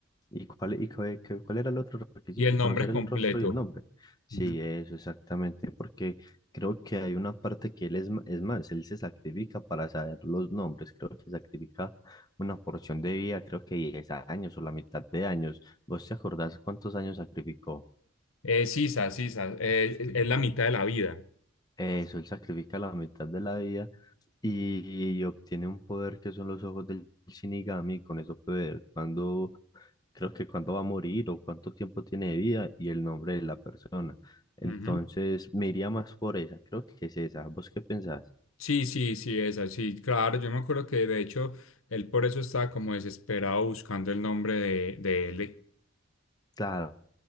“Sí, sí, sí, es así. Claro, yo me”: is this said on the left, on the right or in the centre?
Left